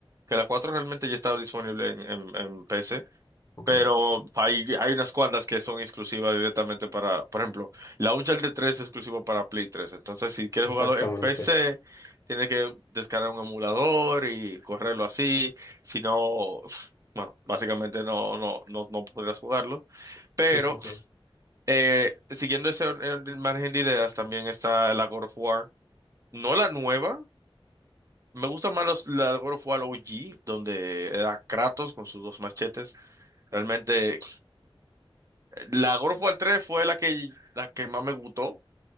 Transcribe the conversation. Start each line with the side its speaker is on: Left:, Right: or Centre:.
Right: que la 4 realmente ya estaba disponible en, en- en PC,
Left: Ok,
Right: pero hay, hay unas cuantas que son exclusivas directamente para, por ejemplo, la Uncharted tres es exclusiva para Play tres entonces si quieres
Left: exactamente.
Right: jugarlo en PC, tienes que descargar un emulador y correrlo así, si no, <sniffs> bueno, básicamente no, no, no, no podrás jugarlo.
Left: Sí,
Right: Pero
Left: sí, sí.
Right: eh, siguiendo ese or- or- margen de ideas, también está la God of War. No la nueva. Me gusta más los- la God of War OG, donde era Kratos con sus dos machetes. Realmente, la God of War 3 fue la que, la que más me gustó.